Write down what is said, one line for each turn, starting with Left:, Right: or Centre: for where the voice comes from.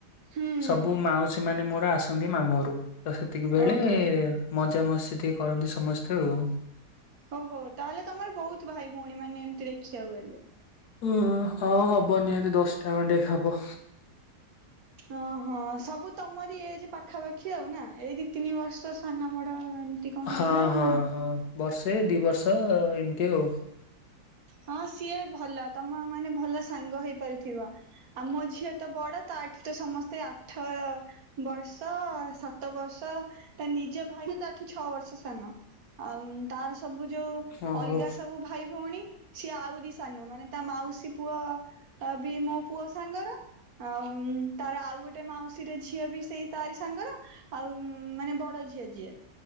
Right: ହୁଁ
Left: ସବୁ ମାଉସୀମାନେ ମୋର ଆସନ୍ତି ମାମୁଁହରୁକୁ ତ ସେତିକି ବେଳେ
Right: ଓହୋ।
Left: ମଜା ମଜା ମସ୍ତି ଟିକେ କରନ୍ତି ସମସ୍ତେ ଆଉ।
Right: ଓହୋ ତାହେଲେ ତମର ବୋହୁତ ଭାଇ ଭୋଉଣୀମାନେ ଏମତି ଦେଖିବାକୁ ଗଲେ।
Left: ଉଁ-ହଁ ହବ ନିହାତି ଦଶଟା ଖଣ୍ଡେ ହବ।
Right: ଅହଁ ସବୁ ତମରି ଏଜେ ପାଖାପାଖି ଆଉ ନା ଏଇ ଦି ତିନି ବର୍ଷ ସାନ ବଡ ଏମତି କଣ
Left: ହଁ
Right: ହେଇଥିବେ ଆଉ
Left: ହଁ
Right: ନା?
Left: ହଁ ବର୍ଷେ ଦି ବର୍ଷ ଏମିତି ଆଉ।
Right: ହଁ ସିଏ ଭଲ ତମ ମାନେ ଭଲ ସାଙ୍ଗ ହେଇପାରୁଥିବ। ଆଉ ମୋ ଝିଅ ତ ବଡ ତାଠୁ ତ ସମସ୍ତେ ଆଠବର୍ଷ ସାତବର୍ଷ୍ ତ ତା ନିଜ ଭାଇ ତ ତାଠୁ ଛଅବର୍ଷ ସାନ ଆଉ ତାର ସବୁ ଯୋଉ
Left: ଓହୋ।
Right: ଅଲଗା ସବୁ ଭାଇ ଭୋଉଣୀ ସିଏ ଆଉରି ସାନ ମାନେ ତା ମାଉସୀ ପୁଅ ଅ-ବି ମୋ ପୁଅ ସାଙ୍ଗର ଆଉ ତାର ଆଉ ଗୋଟେ ମାଉସୀର ଝିଅ ବି ସେଇ ତାରି ସାଙ୍ଗର ଆଉ ମାନେ ବଡ ଝିଅ ଯିଏ